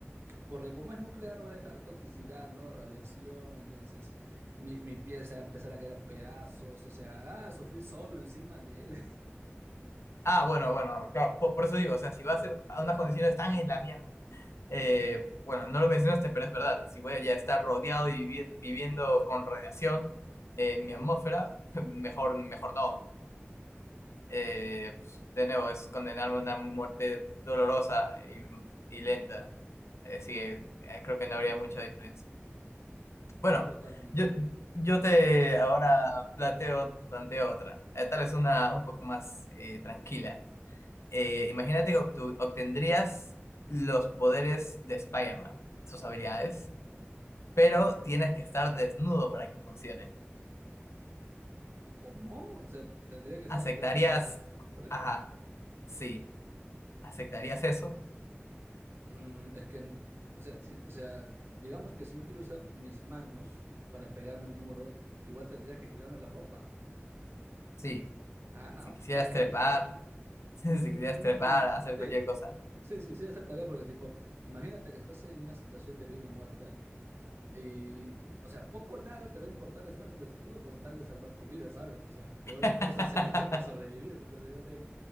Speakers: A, on the right; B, on the left.
A: porque como es nuclear va a dejar toxicidad, ¿no? Radiación, entonces mi, mi piel se va a empezar a caer a pedazos, o sea, ah, sufrir solo encima en él.
B: Ah, bueno, bueno, claro, por, por eso digo, o sea, si va a ser a unas condiciones tan en la mierda, Eh, bueno, no lo mencionaste, pero es verdad. Si voy a estar rodeado y vivi- viviendo con radiación, eh, mi atmósfera, <laughs> mejor, mejor no. Eh, pues, de
A: <laughs>
B: nuevo, es condenarme a una muerte dolorosa y, y lenta. Así que eh, creo que no habría mucha diferencia. Bueno,
A: Totalmente.
B: yo, yo te ahora planteo, planteo otra. Eh, tal es una un poco más eh, tranquila. Eh, imagínate que obtu- obtendrías los poderes de Spider-Man, sus habilidades pero tienes que estar desnudo para que funcione.
A: ¿Cómo? O sea, tendría que estar
B: ¿Aceptarías?
A: desnudo siempre.
B: Ajá, sí. ¿Aceptarías eso?
A: Mm, es que, o sea, si- o sea, digamos que si yo quiero usar mis manos para pegarme a un muro, igual tendría que quitarme la ropa.
B: Sí.
A: Ah, no,
B: Si
A: pues
B: quisieras
A: ¿para qué?
B: trepar, <laughs> si
A: Mm,
B: quisieras trepar, hacer
A: sí,
B: cualquier cosa.
A: sí, sí, sí aceptaría porque tipo, imagínate que estás en una situación de vida o muerte. Y, o sea, poco o nada te va a importar estar desnudo con tal de salvar tu vida, ¿sabes? O sea, peores
B: <laughs>
A: cosas se ha hecho por sobrevivir. Entonces yo sé,